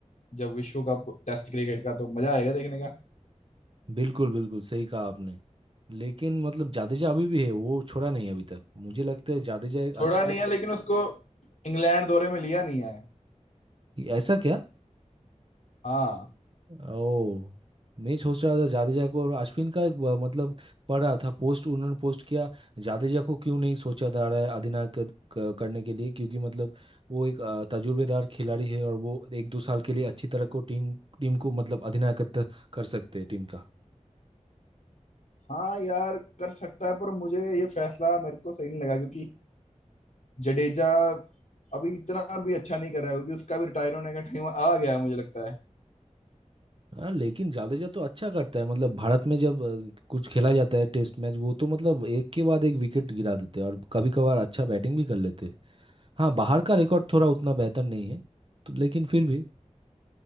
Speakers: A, on the left; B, on the right.
A: जब विश्व कप टेस्ट क्रिकेट का तो मजा आएगा देखने का
B: बिल्कुल बिल्कुल सही कहा आपने लेकिन मतलब जाडेजा अभी भी है वो छोड़ा नहीं अभी तक मुझे लगता है जाडेजा एक
A: थोड़ा
B: अच्छा
A: नहीं है लेकिन उसको इंग्लैंड दौरे में लिया नहीं है
B: ऐसा क्या
A: हाँ
B: ओ मैं सोच रहा था जाडेजा को और अश्विन का एक ब- मतलब पढ़ रहा था पोस्ट उन्होंने पोस्ट किया जाडेजा को क्यों नहीं सोचा जा रहा है अधिनायक क- क- करने के लिए क्योंकि मतलब वो एक अ, तजुर्बेदार खिलाड़ी है और वो एक दो साल के लिए अच्छी तरह को टीम टीम को मतलब अधिनायकत्व कर सकते हैं टीम का
A: हाँ यार कर सकता है पर मुझे ये फैसला मेरे को सही नहीं लगा क्योंकि जडेजा अभी इतना भी अच्छा नहीं कर रहा है क्योंकि उसका भी रिटायर होने का टाइम आ गया है मुझे लगता है
B: हाँ लेकिन जाडेजा तो अच्छा करता है मतलब भारत में जब अ, कुछ खेला जाता है टेस्ट मैच वो तो मतलब एक के बाद एक विकेट गिरा देते हैं और कभी कभार अच्छा बैटिंग भी कर लेते हैं हाँ बाहर का रिकॉर्ड थोड़ा उतना बेहतर नहीं है तो लेकिन फिर भी